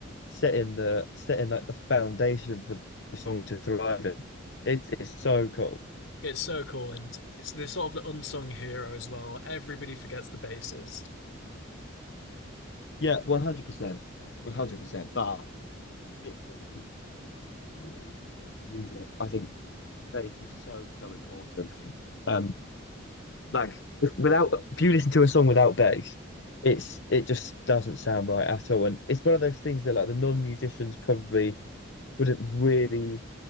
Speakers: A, on the left; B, on the left.
A: setting the setting like the foundation for the song to thrive in. It's it's so cool.
B: it's so cool and it's they're sort of the unsung hero as well. Everybody forgets the bassist.
A: Yeah, one hundred percent, one hundred percent. But it's, um, in any genre of music, I think bass is so so important. Um, like if- without if you listen to a song without bass, it's it just doesn't sound right at all. And it's one of those things that like the non-musicians probably wouldn't really